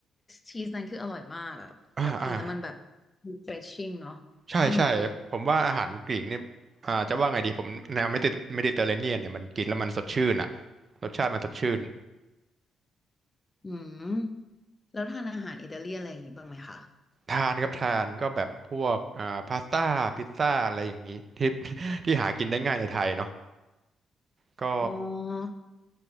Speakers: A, on the left; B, on the right.
A: ชีสนั้นคืออร่อยมากอะแบบกินแล้วมันแบบ
B: อ่าอ่า
A: refreshing เนาะ
B: ใช่ใช่ผมว่าอาหารกรีกนี่อ่าจะว่าไงดีผมแนวเมดิเมดิเตอร์เรเนียนเนี่ยมันกินแล้วมันสดชื่นอ่ะ
A: อืม
B: รสชาติมันสดชื่น
A: อืมแล้วทานอาหารอิตาเลียนอะไรอย่างงี้บ้างไหมคะ
B: ทานครับทานก็แบบพวกอ่าพาสต้าพิซซ่าอะไรอย่างนี้ที่ที่หากินได้ง่ายในไทยเนาะก็
A: อ๋อ